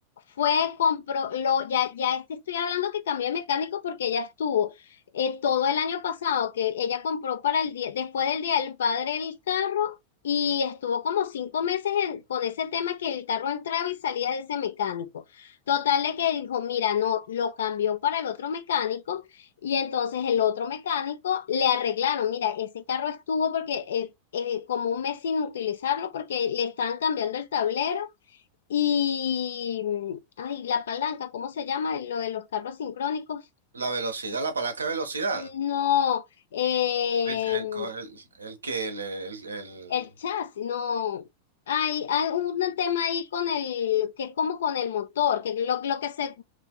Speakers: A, on the left; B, on the right.
A: fue, compró, lo, ya, ya este estoy hablando que cambió de mecánico porque ella estuvo eh, todo el año pasado, que ella compró para el día, después del Día del Padre el carro y estuvo como cinco meses en- con ese tema que el carro entraba y salía de ese mecánico. Total de que dijo, mira, no, lo cambió para el otro mecánico y entonces el otro mecánico le arreglaron, mira, ese carro estuvo porque eh, eh, como un mes sin utilizarlo porque le estaban cambiando el tablero y, mm, ay, la palanca, ¿cómo se llama? Lo de los carros sincrónicos.
B: La velocidad, la palanca de velocidad.
A: No, em,
B: El, el, co- el- el que, el, el- el-
A: El chasis, no. Hay, hay un tema ahí con el, que es como con el motor, que lo, lo que se,